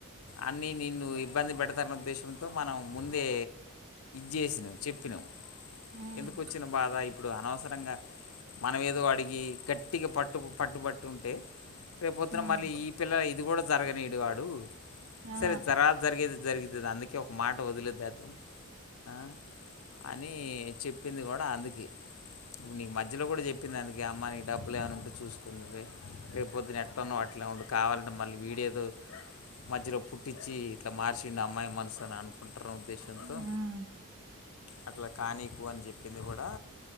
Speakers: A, on the left (about 65°); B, on the right (about 65°).
A: అన్ని నిన్ను ఇబ్బంది పెడతాన ఉద్దేశంతో మనం ముందే చేసినావు చెప్పినవు
B: హ్మ్.
A: ఎందుకోచ్చినా బాధ ఇప్పుడు అనవసరంగా మనం ఏదో అడిగి గట్టిగా పట్టు పట్టు పట్టు ఉంటే రేవు పొద్దున్న
B: హ్మ్.
A: మళ్ళీ ఈ పిల్ల ఇది కూడా జరగనియడు వాడు
B: ఆ!
A: సరే జరా జరిగేది. జరుగుతది అందుకే ఒక మాట వదిలేద అద్దం ఆ అని చెప్పింది గుడా అందుకె ఇప్పుడు నీకు మధ్యలో కూడా చెప్పింది అందుకే అమ్మ నీ డబ్బులు ఏమన ఉంటే చూసుకో నువ్వే రేపు పొద్దున్న ఎట్టన్న ఓ అట్ ఇట్లా ఉండు కావాలంటే మళ్ళీ వీడియోతో మధ్యలో పుట్టించి ఇట్లా మార్చిండు అమ్మాయి మనసు అని అనుకుంటారు ఉద్దేశంతో
B: హ్మ్.
A: అట్లా కానీకు అని చెప్పింది గుడా